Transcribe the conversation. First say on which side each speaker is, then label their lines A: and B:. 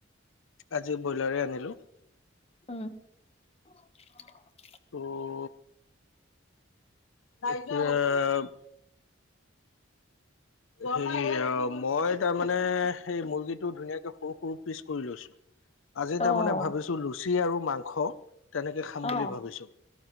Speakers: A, on the left; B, on the left.
A: আজি ব্ৰইলাৰে আনিলো।
B: উম। <inaudible>
A: ত'। এতিয়া হেৰি মই তাৰমানানে সেই মুৰ্গীটো ধুনীয়াকে সৰু সৰু পিচ কৰি লৈছো। আজি তাৰমানে
B: অ',
A: ভাবিছো লুচি আৰু মাংস তেনেকে খাম
B: অ',
A: বুলি ভাবিছো।